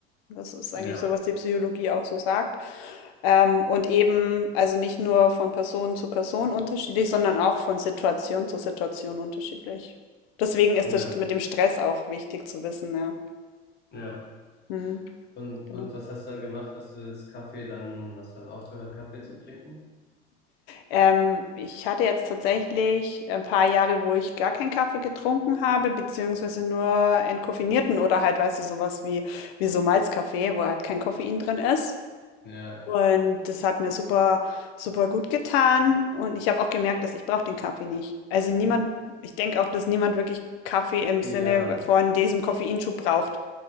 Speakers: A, on the left (about 65°); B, on the left (about 30°).
A: Das ist
B: Ja,
A: eigentlich so, was die Psychologie auch so sagt. Ähm, und eben, also nicht nur von Person zu Person unterschiedlich, sondern auch von Situation zu Situation unterschiedlich. Deswegen ist
B: ja,
A: das mit dem Stress auch wichtig zu wissen, ja.
B: ja.
A: Mhm,
B: Und,
A: genau.
B: und was hast du dann gemacht? Hast du das Kaffee dann, hast du dann aufgehört, Kaffee zu trinken?
A: Ähm, ich hatte jetzt tatsächlich ein paar Jahre, wo ich gar keinen Kaffee getrunken habe, beziehungsweise nur entkoffinierten oder halt, weißt du, sowas wie, wie so Malzkaffee, wo halt kein Koffein drin ist.
B: Ja,
A: Und das hat mir super, super gut getan. Und ich habe auch gemerkt, dass ich brauche den Kaffee nicht. Also niemand, ich denke auch, dass niemand wirklich Kaffee im
B: ja,
A: Sinne von diesem Koffeinschub braucht.